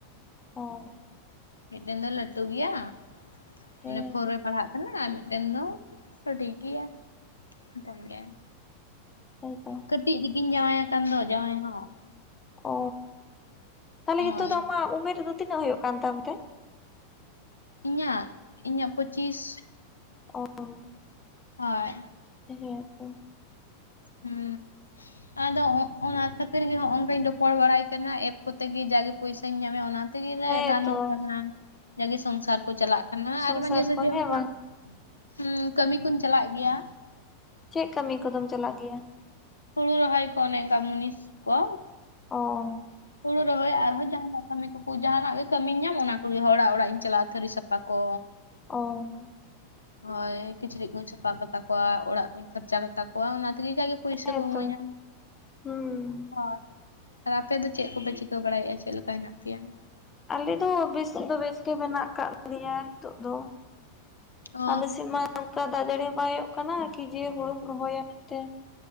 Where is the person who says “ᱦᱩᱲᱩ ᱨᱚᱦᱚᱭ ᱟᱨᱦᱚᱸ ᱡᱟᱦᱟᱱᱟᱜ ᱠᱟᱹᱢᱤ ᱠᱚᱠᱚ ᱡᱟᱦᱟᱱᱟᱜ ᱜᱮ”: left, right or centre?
Left